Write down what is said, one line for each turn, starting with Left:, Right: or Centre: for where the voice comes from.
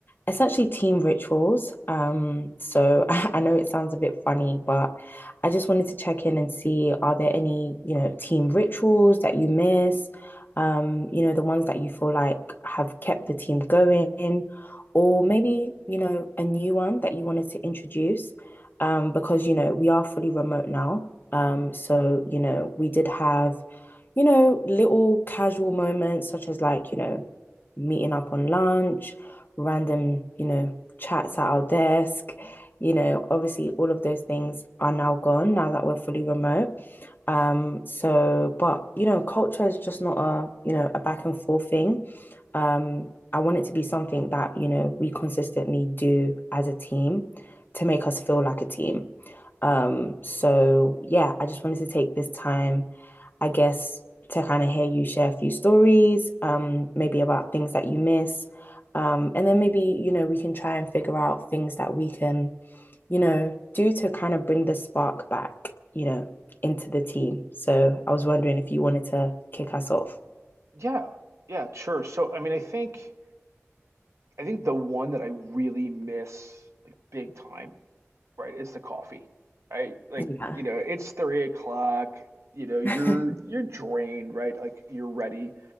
Left: essentially team rituals. Um, so <laughs> I, I know it sounds a bit funny, but I just wanted to check in and see are there any, you know, team rituals that you miss? Um, you know, the ones that you feel like have kept the team going, or maybe, you know, a new one that you wanted to introduce. Um, because, you know, we are fully remote now. Um, so, you know, we did have you know, little casual moments such as like, you know, meeting up on lunch, random, you know, chats at our desk. You know, obviously, all of those things are now gone now that we're fully remote. Um, so, but you know, culture is just not a you know a back and forth thing. Um, I want it to be something that you know we consistently do as a team to make us feel like a team. Um, so yeah, I just wanted to take this time I guess, to kind of hear you share a few stories, um, maybe about things that you miss. Um, and then maybe, you know, we can try and figure out things that we can, you know, do to kind of bring the spark back, you know, into the team. So I was wondering if you wanted to kick us off.
Right: Yeah. Yeah, sure. So I mean, I think I think the one that I really miss, like big time, right, is the coffee. Right? Like,
Left: Yeah.
Right: you know, it's three o'clock, you know, you're
Left: <laughs>
Right: you're drained, right? Like you're ready.